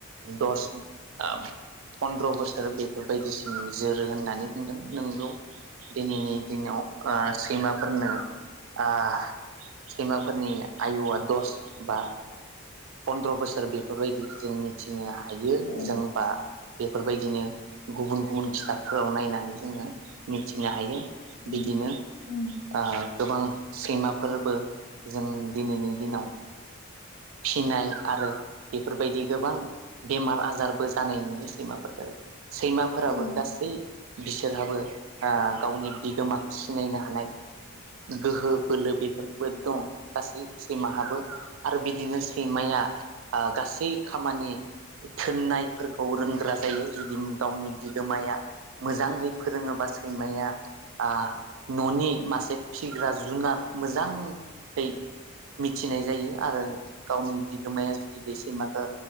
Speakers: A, on the right; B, on the left.
A: दस ओ पन्द्र' बोसोर बेफोरबायदिसिम जोरो होननानै बुंदों नोंगौ । दिनैनि दिनाव । ओ सैमाफोरनो ओ सैमाफोरनि आयुआ दस बा फन्द्र' बोसोर बेफोरबायदि जों मिथिनो हा हायो
B: औ
A: जोंबा बेफोरबायदिनो गुबुन गुबुन खिथाबफोराव नायनानै जोङो मिथिनो हायो
B: उम
A: बिदिनो ओ
B: उम
A: गोबां सैमा फोरबो जों दिनैनि दिनाव फिनाय आरो बेफोरबायदि गोबां बेमार आजारबो जानाय नुयो सैमाफोरफोरखौ सैमाफोराबो
B: औ
A: गासै बिसोरहाबो ओ गावनि बिगोमाखौ सिनायनो हानाय गोहो बोलो बेफोरबो दं गासै सैमाहाबो आरो बिदि बिदिनो सैमाया ओ गासै खामानि थोननायफोरखौ रोंग्रा जायो जुदि गावनि बिगोमाया मोजांहै फोरोङोबा सैमाया ओ न'नि मासे फिग्रा जुनार मोजाङै मिथिनाय जायो आरो गावनि बिगोमाया जुदि बे सैमाखौ